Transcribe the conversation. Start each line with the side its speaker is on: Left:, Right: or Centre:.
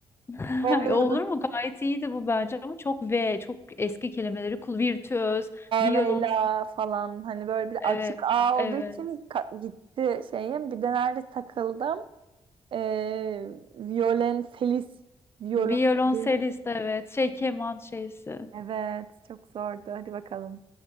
Left: <laughs>
Right: <laughs> Olmadı.
Left: Olur mu? Gayet iyiydi bu bence ama çok V, çok eski kelimeleri kul virtüöz, violons
Right: Veyla falan hani böyle bir
Left: evet,
Right: açık ağ
Left: evet.
Right: olduğu için ka- gitti şeyim. Bir de nerede takıldım? Ee, Violonselist. Violonselist.
Left: Violonselist evet. Şey keman şeysi.
Right: Evet. Çok zordu. Hadi bakalım.